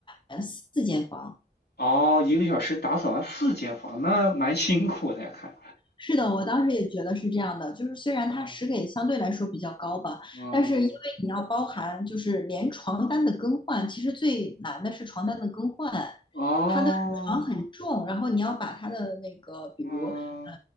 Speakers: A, on the left; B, on the left.
A: 完四间房。
B: 哦，一个小时打扫完四间房，那蛮辛苦的呀，看。
A: 是的，我当时也觉得是这样的，就是虽然它时给相对来说比较高吧，
B: 啊，哦，
A: 但是因为你要包含就是连床单的更换，其实最难的是床单的更换，
B: 哦，
A: 它的床很重，然后你要把它的那个比如呃
B: 哦，